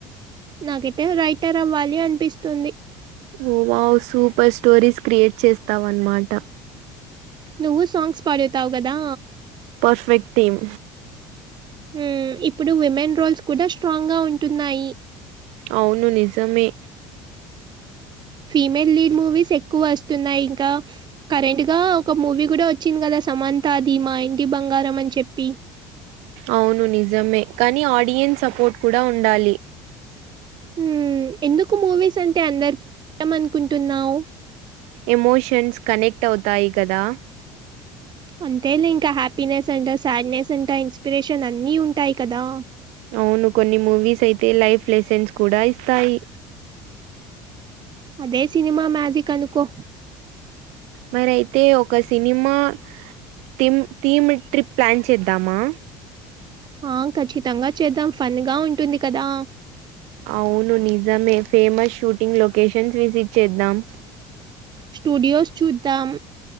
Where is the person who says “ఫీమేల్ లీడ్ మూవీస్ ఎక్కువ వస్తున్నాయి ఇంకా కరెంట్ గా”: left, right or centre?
Right